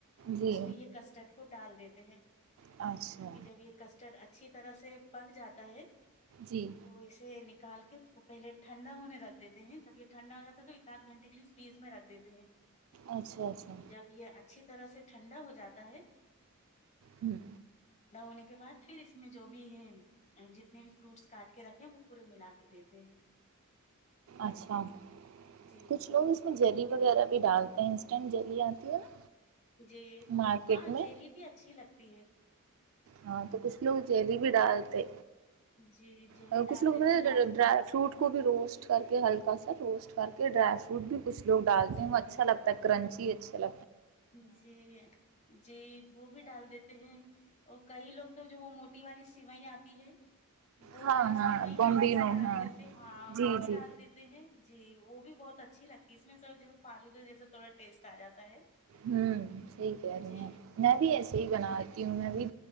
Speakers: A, on the right (about 65°); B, on the left (about 30°).
A: جی
B: اس میں یہ کسٹرڈ کو ڈال دیتے ہیں
A: اچھا
B: یہ جب یہ کسٹرڈ اچھا اچھی طرح سے پک جاتا ہے
A: جی
B: تو اسے ن نکال کے پہلے ٹھنڈا ہونے رکھ دیتے ہیں سب یہ ٹھنڈا ہو جا ہے تو ایکد گھنٹے لیے فریز رکھ دیتے ہیں
A: اچھا اچھا
B: جب یہ اچھی طرح سے ٹھنڈا ہو جاتا ہے
A: ہوں
B: پدا ہونے کے بعد پھر اس میں جو بھی ہے جتنے بھی فروٹس کاٹ کے رکھیں وہ پورے ملا کے دیتے ہیں
A: اچھا
B: جی
A: کچھ لوگ اس میں جلی وغیرہ بھی ڈالتے ہیں انسٹنٹ جلی آتی ہے نا
B: ج
A: مارکیٹ
B: ہاں
A: میں
B: جیلی بھی اچھی لگتی تی ہیں
A: ہاں تو کچھ لوگ جیلی بھی ڈالتے
B: جی جیلی
A: ا کچھ
B: ڈال
A: لوگ
B: دیتے
A: پ
B: ہیں
A: ڈر فروٹ کو بھی روسٹ کر کے ہلکا سا روسٹ کر کے ڈرائی فروٹ بھی کچھوگ ڈالتے
B: جی
A: ہیں وہ اچھا لگتا ہے کرنچی سل
B: جی جی وہ بھی ڈال دیتے ہیں اور کئی لوگ تو جو وہ موٹی والی سوئ آتی ہے وہ
A: ہاں
B: والی سیویں
A: ہاں بمبینو
B: ہلکی سی ڈال
A: ہاں
B: دیتے ہاں وہ
A: جی
B: بھی
A: جی
B: ڈال دیتے ہیں جی وہ بھی بہت اچھی لگتی ہے اس میں سر جیسے فالود جیسے تھوڑا ٹیسٹ آ جاتا ہے
A: ہوں سی کہ
B: جی
A: رہی ہیں ند س
B: جی
A: بناا تی ہوں میں بھی